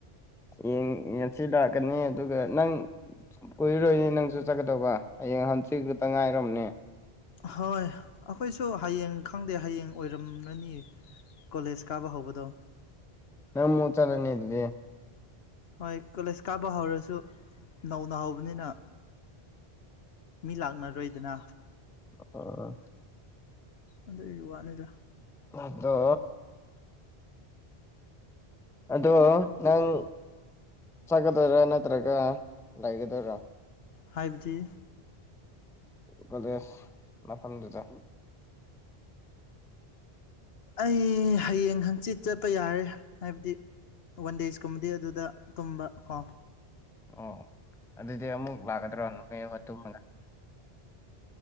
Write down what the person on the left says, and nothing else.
ꯍꯣꯏ ꯑꯩꯈꯣꯏꯁꯨ ꯍꯌꯦꯡ ꯈꯪꯗꯦ ꯍꯌꯦꯡ ꯑꯣꯏꯔꯝꯂꯅꯤ ꯀꯣꯂꯦꯖ ꯀꯥꯕ ꯍꯧꯕꯗꯣ
ꯍꯣꯏ ꯀꯣꯂꯦꯖ ꯀꯥꯕ ꯍꯧꯔꯁꯨ ꯅꯧꯅ ꯍꯧꯕꯅꯤꯅ ꯃꯤ ꯂꯥꯛꯅꯔꯣꯏꯗꯅ
ꯑꯗꯨꯒꯤ ꯋꯥꯅꯤꯗ
ꯍꯥꯏꯕꯗꯤ
ꯑꯩ ꯍꯌꯦꯡ ꯍꯪꯆꯤꯠ ꯆꯠꯄ ꯌꯥꯔꯦ ꯍꯥꯏꯕꯗꯤ ꯋꯥꯟ ꯗꯦꯖꯀꯨꯝꯕꯗꯤ ꯑꯗꯨꯗ ꯇꯨꯝꯕ ꯀꯣ